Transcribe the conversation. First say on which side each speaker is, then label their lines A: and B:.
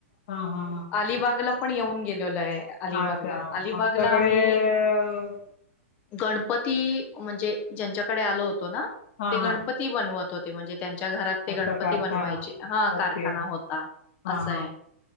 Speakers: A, on the left (about 45°); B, on the left (about 20°).
A: हा हा
B: अलिबागला पण येऊन गेलेलो अलिबागला-
A: हा अच्छा
B: अलिबागला
A: आमच्याकडे
B: आम्ही
A: अ,
B: गणपत ती म्हणजे ज्यांच्याकडे आलो होत तो ना
A: हा
B: ते गणपती
A: हा
B: बनवत होते म्हणजे त्यांच्या घरात ते
A: अच्छा
B: गणपती
A: कारखाना
B: बनवायचे हा कारखाना
A: ओके
B: होता
A: हा
B: असंय